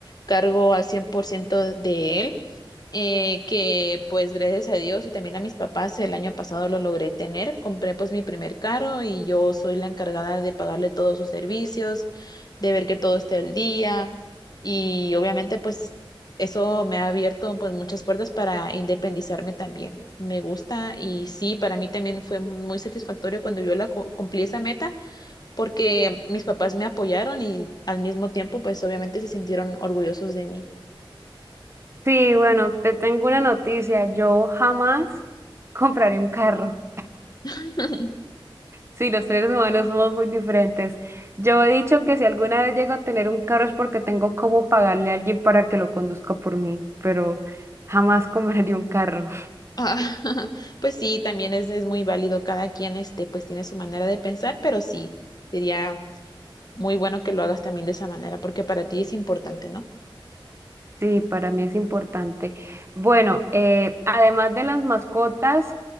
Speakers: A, on the left; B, on the right.
A: cargo al 100% de él, eh, que pues gracias a Dios y también a mis papás el año pasado lo logré tener. Compré pues mi primer carro y yo soy la encargada de pagarle todos sus servicios, de ver que todo esté al día y obviamente pues eso me ha abierto pues muchas puertas para independizarme también. Me gusta y sí, para mí también fue muy satisfactorio cuando yo la cu- cumplí esa meta porque mis papás me apoyaron y al mismo tiempo pues obviamente se sintieron orgullosos de mí.
B: Sí, bueno, te tengo una noticia. Yo jamás <laughs> compraré un carro.
A: <laughs>
B: Sí, los seres humanos somos muy diferentes. Yo he dicho que si alguna vez llego a tener un carro es porque tengo cómo pagarle a alguien para que lo conduzca por mí, pero jamás <laughs> compraría un carro.
A: Ah, <laughs> pues sí, también es, es muy válido. Cada quien este pues tiene su manera de pensar, pero sí, sería muy bueno que lo hagas también de esa manera porque para ti es importante, ¿no?
B: Sí, para mí es importante. Bueno, eh, además de las mascotas,